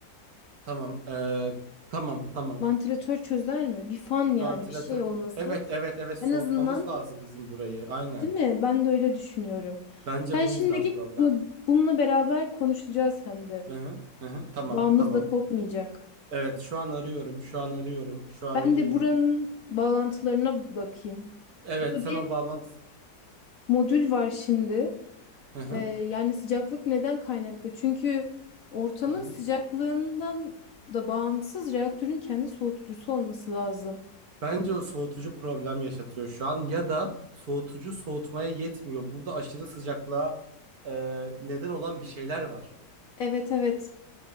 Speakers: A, on the right (about 60°); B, on the left (about 60°).
A: Tamam. Ee, tamam tamam.
B: Vantilatör çözer mi? Bir fan yani
A: Vantilatör.
B: bir şey olması.
A: Evet evet evet soğutmamız
B: En azından
A: lazım bizim burayı. Aynen.
B: Değil mi? Ben de öyle düşünüyorum.
A: Bence
B: Sen
A: bu
B: şimdi
A: yüzden
B: git
A: problem.
B: bu, bununla beraber konuşacağız hem de.
A: Hı hı, hı hı, tamam,
B: Bağımız
A: tamam.
B: da kopmayacak.
A: Evet, şu an arıyorum, şu an arıyorum, şu an
B: Ben
A: arıyorum.
B: de buranın bağlantılarına bakayım.
A: Evet,
B: Burada
A: sen
B: bir
A: o bağlantı...
B: modül var şimdi.
A: Hı hı,
B: Ee, yani sıcaklık neden kaynaklı? Çünkü ortamın
A: hı hı.
B: sıcaklığından da bağımsız reaktörün kendi soğutucusu olması lazım.
A: Bence o soğutucu problem yaşatıyor şu an ya da soğutucu soğutmaya yetmiyor. Burada aşırı sıcaklığa e, neden olan bir şeyler var.
B: Evet evet.